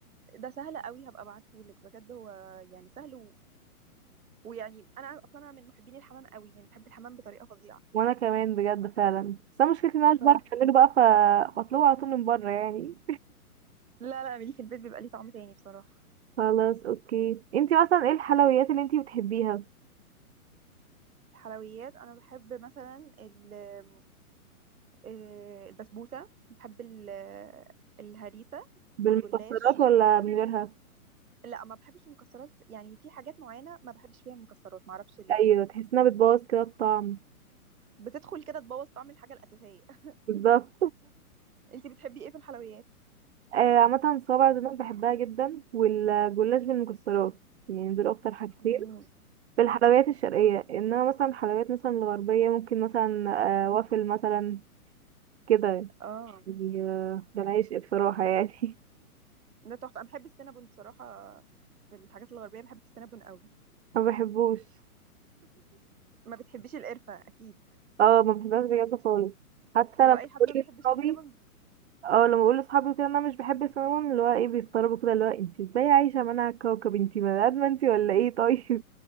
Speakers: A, on the right; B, on the right.
A: ده سهل أوي هابقى ابعته لِك بجد هو يعني سهل و ويعني أنا أصلًا أنا من محبين الحمام أوي، يعني باحب الحمام بطريقة فظيعة،
B: وانا كمان بجد فعلا بس انا مشكلتي ان انا
A: ف
B: مش بعرف اعمله بقى فبطلبه على طول من بره يعني
A: لا، لا، اعمليه في البيت بيبقى ليه طعم تاني بصراحة.
B: خلاص اوكي انتي مثلا ايه الحلويات اللي انتي بتحبيها
A: الحلويات أنا باحب مثلًا ال آمم، آآ، البسبوسة، باحب ال آه، الهريسة
B: بالمكسرات
A: والجلاش.
B: ولا من غيرها
A: لأ، ما باحبش المكسرات يعني في حاجات معيّنة ما باحبش فيها المكسرات، ما أعرفش ليه،
B: ايوه تحس انها بتبوظ كده الطعم
A: بتدخل كده تبوّظ طعم الحاجة الأساسية. <laughs>
B: بالظبط
A: أنتِ بتحبي إيه في الحلويات؟
B: آه، عامة صوابع زينب بحبها جدا والجلاش بالمكسرات يعني دول أكتر حاجتين
A: مم.
B: في الحلويات الشرقية إنما مثلا الحلويات مثلا الغربية ممكن مثلا آه، وافل مثلا كده
A: اه
B: يعني آه، ده العشق بصراحة يعني
A: ده تحفه انا بحب السينابون بصراحه في الحاجات الغربيه بحب السينابون قوي
B: <laughs> ما بحبوش
A: ما بتحبيش القرفه اكيد
B: اه ما بحبهاش بجد خالص حتى لما
A: هو اي حد
B: بقول
A: ما بيحبش
B: لصحابي
A: السينابون
B: اه لما بقول لصحابي كده إن أنا مش بحب السينامون اللي هو ايه بيستغربوا كده اللي هو انت ازاي عايشة منع الكوكب انت بني آدمة انت ولا ايه <laughs> طيب